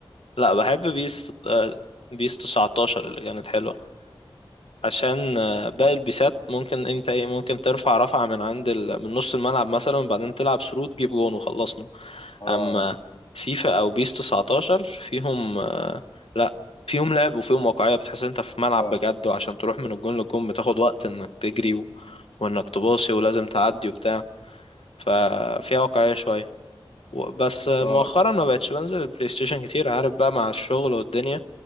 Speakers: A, on the left (about 85°); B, on the left (about 60°).
A: لا بحب بيس آه، بيس 19 اللي كانت حلوة عشان آه، باقي البيسات ممكن انت ايه ممكن ترفع رفعة من عند ال... من نص الملعب مثلا وبعدين تلعب ثرو تجيب جون وخلصنا
B: اه
A: اما فيفا او بيس 19 فيهم آه، لا فيهم لعب وفيهم واقعية بتحس إن انت في ملعب
B: اه
A: بجد وعشان تروح من الجون للجون بتاخد وقت انك تجري و... وانك تباصي ولازم تعدي وبتاع ففيها واقعية شوية و- بس آه،
B: اه
A: مؤخرا ما بقتش بنزل البلاي ستيشن كتير عارف بقى مع الشغل والدنيا